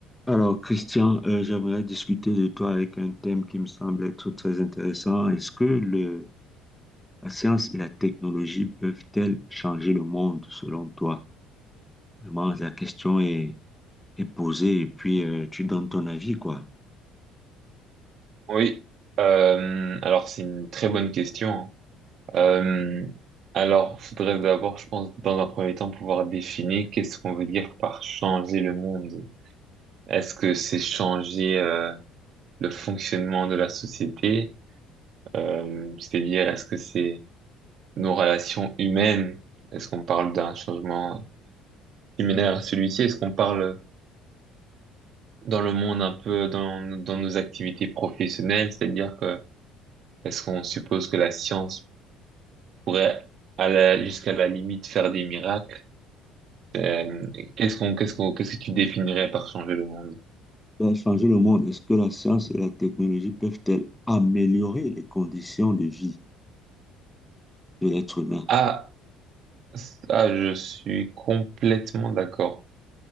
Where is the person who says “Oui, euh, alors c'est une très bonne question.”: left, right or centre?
Right